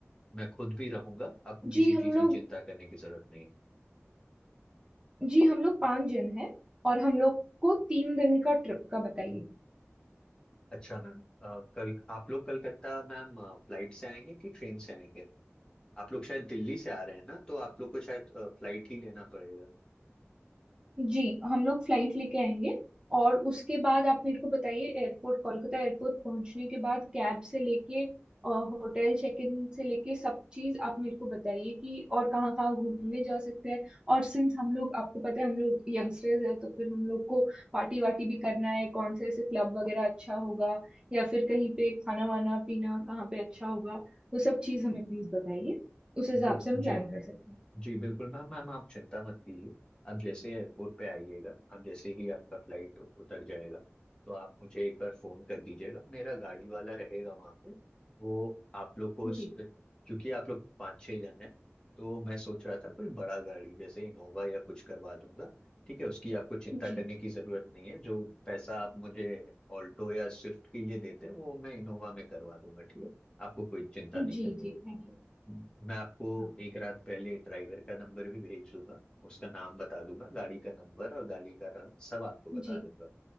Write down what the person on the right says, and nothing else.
जी
हम
लोग
जी हम लोग पांच जन हैं और हम लोग को तीन दिन का ट्रिप का बताइए
जी हम लोग फ्लाइट लेके आएंगे और उसके बाद आप मेरे को बताइए एयरपोर्ट कोलकाता एयरपोर्ट पहुंचने के बाद कैब से लेके होटल चेक इन से लेके सब चीज आप मेरे को बताइए कि और कहाँ कहाँ घूमने जा सकते हैं और सिंस हम लोग आपको पता है हम लोग यंगस्टर्स हैं तो फिर हम लोग को पार्टी वार्टी भी करना है कौन से ऐसे क्लब वगैरह अच्छा होगा या फिर कहीं पे खाना वाना पीना कहाँ पे अच्छा होगा वो सब चीज हमें प्लीज बताइए उस हिसाब
से हम प्लान
कर सकते हैं
जी
जी
जी
जी
थैंक
यू
जी